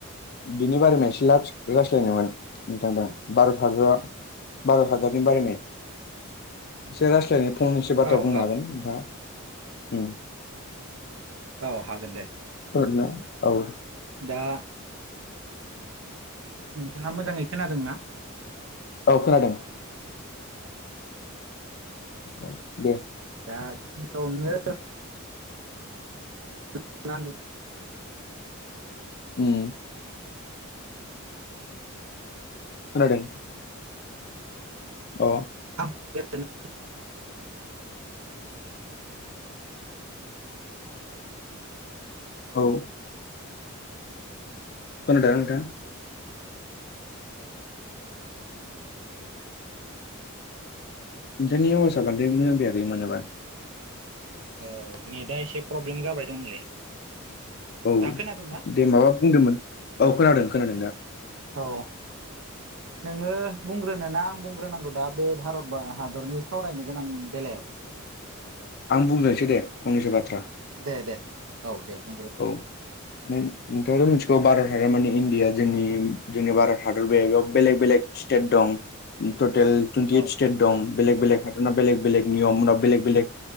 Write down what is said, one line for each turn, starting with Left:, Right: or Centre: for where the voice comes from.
Left: बिनि बारेमे एसे लास-लास्लायनोमोन नोंथां दा भारत हादोरा भारत हादोरनि बारायनाय एसे रायस्लायनो फंनैसो बाथ्रा
Right: औ
Left: बुंनो
Right: औ
Left: हागोन नोंथाङा। उम।
Right: अ हागोन दे।
Left: ओरैनो औ।
Right: दा नोंथाङा मोजाङै खोनादों ना?
Left: औ खोनादों। औ दे।
Right: दा गियावनो <unintelligible>
Left: उम। खोनादों अ।
Right: आं <unintelligible>
Left: औ। खोनादोंना ओंथां? नोंथांनि आवाजा बांद्राय मोजां फैयाखै मानोबा।
Right: ओ नेटआ एसे प्रब्लेम जाबाय दंलै।
Left: औ
Right: दा खोनादोंना
Left: दे माबा बुंदोंमोन? औ खोनादों खोनादों दा।
Right: औ। नोङो बुंग्रोनोना आं बुंग्रोनांगौ दा बे भारत बा हादरनि सावरायनो गोनां बेलायाव?
Left: आं बुंग्रोनसै दे फंनैसो बाथ्रा।
Right: दे दे औ दे बुंग्रो।
Left: औ। नो नोंथाङाथ' मिथिगौ भारत हादरमानि इण्डिया जोंनि जोंनि भारत हादरमायाव बेलेग बेलेग स्टेट दं टटेल टुइनटि एइड
Right: औ
Left: स्टेट दं। दं बेलेग बेलेग हादरना बेलेग बेलेग नियम उनाव बेलेग बेलेग